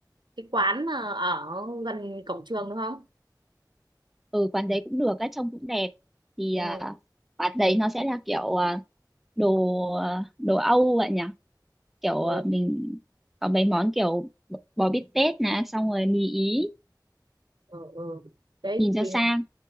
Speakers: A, on the right; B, in the centre.
A: cái quán mà ở gần cổng trường đúng không
B: <laughs> ừ quán đấy cũng được các trông cũng đẹp thì
A: ừ
B: ờ, quán đấy nó sẽ là kiểu ờ, đồ ờ, đồ Âu vậy nhỉ kiểu
A: ừ
B: ờ, mình có mấy món kiểu bò bò bít tết nè xong rồi mì ý
A: ừ, ừ. đấy
B: nhìn cho
A: thì
B: sang